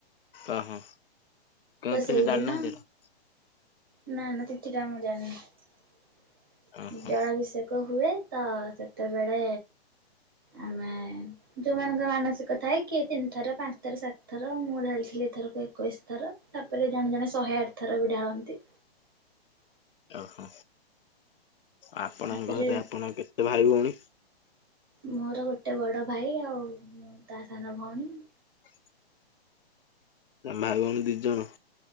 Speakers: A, on the left (about 60°); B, on the right (about 20°).
A: ଓ ହୋ କେଉଁଥିରେ
B: ତ ସେଇଦିନ
A: ଜାଣିନାହାନ୍ତି ତ?
B: ନା ନା ତିଥି ଟା ଆ ମୁଁ ଜାଣିନି
A: ଓହୋ
B: ଜଳାଭିଷେକ। ହୁଏ ତ ସେତେବେଳେ ଆମେ ଯୋଉମାନଙ୍କ ମାନସିକ ଥାଏ କିଏ ତିନି ଥର ପାଞ୍ଚ ଥର ସାତ ଥର ମୁଁ ଢାଲିଥିଲି ଏ ଥର କ ଏକୋଇଶ ଥର ତାପରେ ଜଣେ ଜଣେ ଶହେ ଆଠ ଥର ବି ଢାଳନ୍ତି।
A: ଓହୋ ଆପଣଙ୍କ
B: ତାପରେ
A: ଘରେ ଆପଣ କେତେ ଭାଇ ଭଉଣୀ?
B: ମୋର ଗୋଟେ ବଡ ଭାଇ ଆଉ ମୁଁ ତା ସାନ ଭଉଣୀ।
A: <inaudible> ଭାଇ ଭଉଣୀ ଦି ଜଣ?